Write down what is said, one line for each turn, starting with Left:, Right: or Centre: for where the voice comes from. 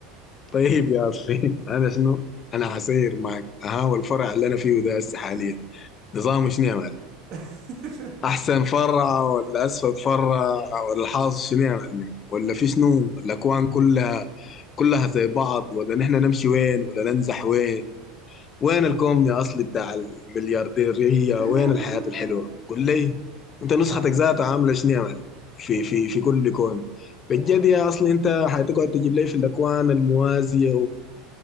Left: طيب يا اصلي انا شنو انا حسير معك ها والفرع اللي انا فيه ده هسه حاليا نظامه شنو يا معلم
Right: <laughs>
Left: احسن فرع ولا اسفل فرع ولا الحاصل شنو يا معلم ولا في شنو الاكوان كلها كلها زي بعض ولا نحن نمشي وين ولا ننزح وين وين الكومن يا اصلي بتاع المليارديرية
Right: <laughs>
Left: وين الحياة الحلوة قول لي انت نسختك
Right: يعني
Left: ذاتها عاملة شنو يا معلم في
Right: وال-
Left: في في كل كون بجد
Right: و-
Left: يا اصلي انت حتقعد تجيب لي في الاكوان الموازية